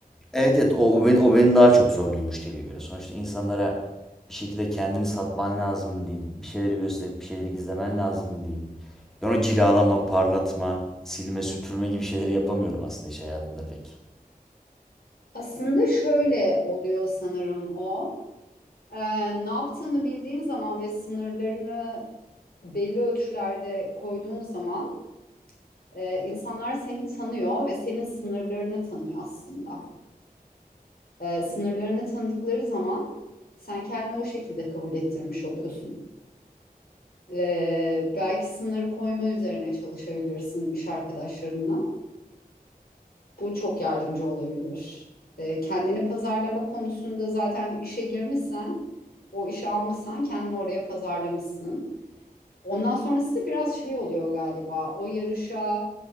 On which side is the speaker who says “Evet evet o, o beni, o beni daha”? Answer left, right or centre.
Centre